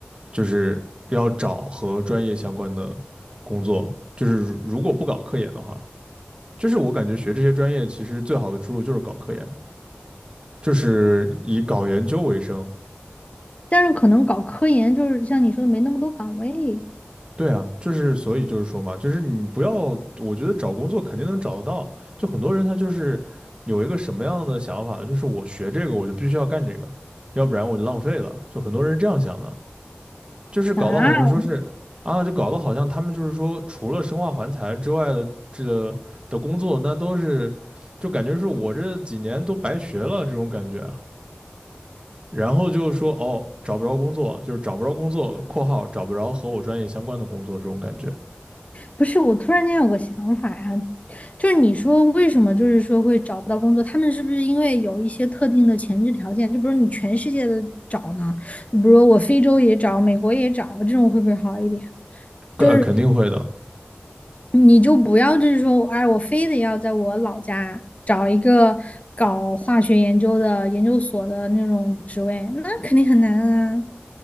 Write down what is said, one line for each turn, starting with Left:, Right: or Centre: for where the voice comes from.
Right: 就是要找和专业相关的工作，就是如如果不搞科研的话，就是我感觉学这些专业其实最好的出路就是搞科研，就是以搞研究为生，
Left: 但是可能搞科研就是像你说的没那么多岗位
Right: 对啊，就是所以就是说嘛，就是你不要，我觉得找工作肯定能找得到。就很多人他就是有一个什么样的想法呢？就是我学这个我就必须要干这个，要不然我就浪费了。就很多人是这样想的，就是搞得好像说是啊，
Left: 啊。
Right: 就搞得好像他们就是说除了生化环材之外的这个的工作，那都是就感觉是我这几年都白学了这种感觉啊。然后就是说哦，找不着工作，就是找不着工作（括号找不着和我专业相关的工作）这种感觉。
Left: 不是，我突然间有个想法呀、就是你说为什么就是说会找不到工作？他们是不是因为有一些特定的前置条件？就比如你全世界的找呢？比如我非洲也找，美国也找，这种会不会好一点？
Right: 呃，
Left: 就是
Right: 肯定会的，
Left: 你就不要就是说，哎，我非得要在我老家找一个搞化学研究的研究所的那种职位，那肯定很难啊。